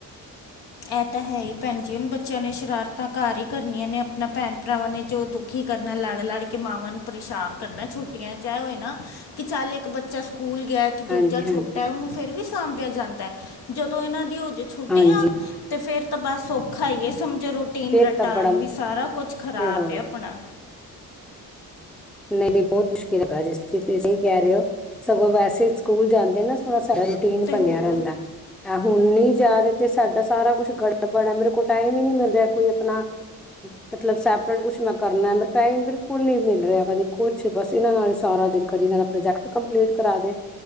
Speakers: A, on the left; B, in the centre.
A: ਐ ਤਾਂ ਹੈ ਈ ਭੈਣ ਜੀ ਹੁਨ ਬੱਚਿਆਂ ਨੇ ਸ਼ਰਾਰਤਾਂ ਘਰ ਈ ਕਰਨੀਆਂ ਨੇ ਆਪਨਾ ਭੈਨ ਭਰਾਵਾਂ ਨੇ ਜੋ ਦੁੱਖ ਕੀ ਕਰਨਾ ਲੜ -ਲੜ ਕੇ ਮਾਵਾਂ ਨੂੰ ਪਰੇਸ਼ਾਨ ਕਰਨਾ ਛੁਟੀਆਂ 'ਚ ਐ ਹੋਏ ਨਾ ਕਿ ਚੱਲ ਏਕ ਬੱਚਾ ਸਕੂਲ ਗਿਆ ਤੇ
B: ਹਾਂਜੀ
A: ਦੂਜਾ
B: ਹਾਂਜੀ
A: ਛੋਟੈ ਉਨੂੰ ਫੇਰ ਵੀ ਸਾਂਭਿਆ ਜਾਂਦੈ, ਜਦੋਂ ਇਨਾਂ ਦੀ ਹੋਜੇ ਛੁੱਟੀਆਂ
B: ਹਾਂਜੀ
A: ਤੇ ਫੇਰ ਤਾਂ ਬਸ ਔਖਾ ਈ ਏ, ਸਮਝੋ ਰੂਟੀਨ
B: ਫੇਰ
A: ਰਟਾਨ
B: ਤਾਂ ਬੜਾ
A: ਵੀ ਸਾਰਾ ਕੁਛ ਖ਼ਰਾਬ
B: ਉਹ
A: ਐ ਆਪਣਾ
B: ਨਈ- ਨਈ ਬੋਤ ਮੁਸ਼ਕਿਲ ਹੈਗਾ ਜਿਸ ਚੀ ਤੁਸੀਂ ਸਈ ਕੈ ਰਹੇ ੳ। ਸਗੋਂ ਵੈਸੇ ਸਕੂਲ ਜਾਂਦੇ ਨਾ ਸਗੋ ਸਾਡਾ ਰੂਟੀਨ
A: ਤੇ
B: ਬਣਿਆ
A: ਹੋਰ
B: ਰੈਦੈ ਆ ਹੁਣ ਨੀ ਜਾ ਰਹੇ ਤੇ ਸਾਡਾ ਸਾਰਾ ਕੁਛ ਗੜਬੜ ਐ ਮੇਰੇ ਟਾਈਮ ਹੀ ਨੀ ਮਿਲ ਰਿਹਾ ਕੋਈ ਆਪਣਾ, ਮਤਲਬ ਸੈਪਰੇਟ ਕੁਛ ਮ ਕਰਨਾ ਮੈਂ ਟਾਈਮ ਬਿਲਕੁਲ ਨੀ ਮਿਲ ਰਿਹਾ। ਕਦੀ ਕੁਛ ਬਸ ਇਹਨਾਂ ਨਾਲ ਹੀ ਸਾਰਾ ਦਿਨ ਕਦੀ ਇਹਨਾਂ ਦਾ ਪ੍ਰੋਜੈਕਟ ਕੰਪਲੀਟ ਕਰਾ ਦੇ।